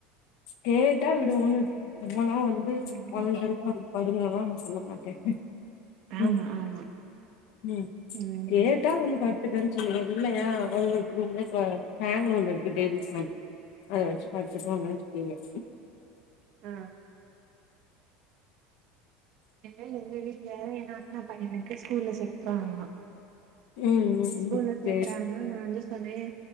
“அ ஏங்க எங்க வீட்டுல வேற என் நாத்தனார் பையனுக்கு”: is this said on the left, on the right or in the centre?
Right